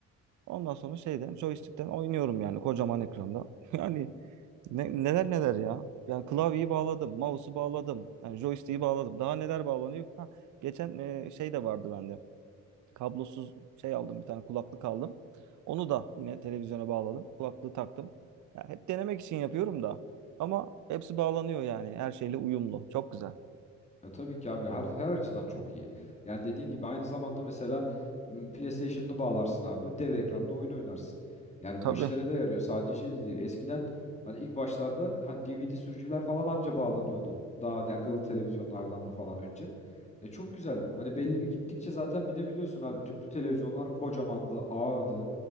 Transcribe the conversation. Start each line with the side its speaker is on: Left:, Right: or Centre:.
Right: Ondan sonra şeyden joystick'ten oynuyorum yani kocaman ekranda. <laughs> Yani ne- neler neler ya. Yani klavyeyi bağladım, mouse'u bağladım, yani joystick'i bağladım. Daha neler bağlanıyor? Ha, geçen e, şey de vardı bende kablosuz şey aldım bir tane kulaklık aldım. Onu da yine televizyona bağladım. Kulaklığı taktım. Ya hep denemek için yapıyorum da. Ama hepsi bağlanıyor yani. Her şeyle uyumlu. Çok güzel.
Left: E, tabii ki abi her her açıdan çok iyi. Yani dediğin gibi aynı zamanda mesela m, PlayStation'ını bağlarsın abi. Dev ekranda oyun oynarsın. Yani
Right: Tabii.
Left: bu işlere de yarıyor. Sadece şey de değil. Eskiden hani ilk başlarda hani DVD sürücüler falan anca bağlanıyordu. Daha hani akıllı televizyonlardan da falan önce. E çok güzel. Hani belli bir gittikçe zaten bir de biliyorsun abi tüplü televizyonlar kocamandı, ağırdı.